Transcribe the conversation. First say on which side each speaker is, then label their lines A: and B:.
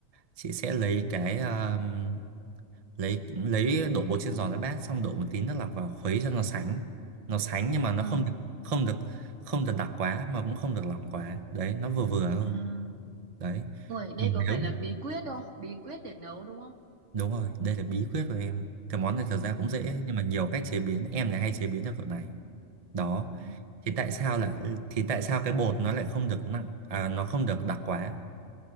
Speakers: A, on the right; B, on the right.
A: chị sẽ lấy cái um, lấy lấy đổ bột chiên giòn ra bát xong đổ một tí nước lọc vào khuấy cho nó sánh nó sánh nhưng mà nó
B: ờ
A: không được không được không được đặc quá mà cũng không được lỏng quá đấy nó vừa vừa thôi
B: à.
A: đấy
B: ui đây
A: vì
B: có phải
A: nếu
B: là bí quyết không bí quyết để nấu đúng không
A: đúng rồi đây là bí quyết của em cái món này thật ra cũng
B: ừ
A: dễ nhưng mà nhiều cách chế biến em này hay chế biến theo kiểu này đó
B: Ừ.
A: thì tại sao là thì tại sao cái bột nó lại không được nặng à, nó không được đặc quá